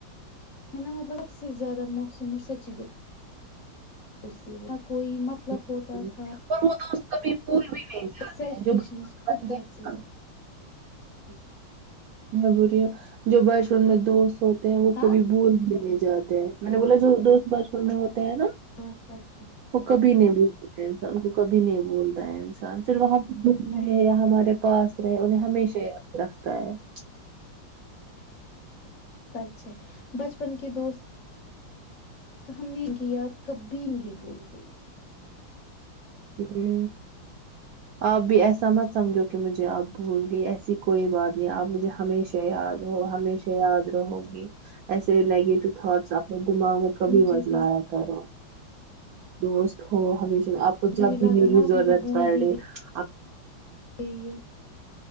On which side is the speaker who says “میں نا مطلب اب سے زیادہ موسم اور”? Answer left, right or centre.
Left